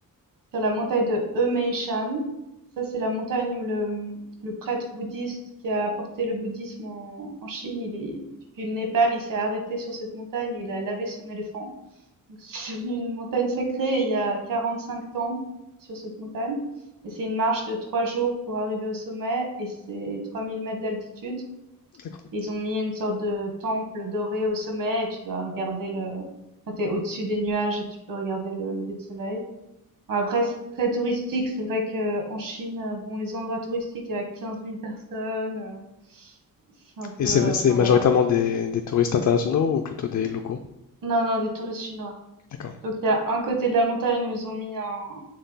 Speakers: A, on the right; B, on the left.
A: sur la montagne de Emeishan. Ça c'est la montagne où le, le prêtre bouddhiste qui a apporté le bouddhisme en, en Chine, il est, depuis le Népal, il s'est arrêté sur cette montagne, et il a lavé son éléphant. Donc <laughs> c'est devenu une montagne sacrée, et il y a 45 temples sur cette montagne. Et c'est une marche de trois jours pour arriver au sommet, et c'est 3000 mètres d'altitude.
B: D'accord.
A: Ils ont mis une sorte de temple doré au sommet et tu dois regarder le, quand t'es au-dessus des nuages, et tu peux regarder le lever de soleil. Bon, Après, c'est très touristique. C'est vrai que en Chine, euh, bon, les endroits touristiques, il y a 15 000 personnes. euh, C'est un peu,
B: Et c'est
A: euh,
B: c'est
A: enfin
B: majoritairement
A: voilà.
B: des, des touristes internationaux ou plutôt des locaux?
A: Non, non, des touristes chinois.
B: D'accord.
A: Donc il y a un côté de la montagne où ils ont mis un,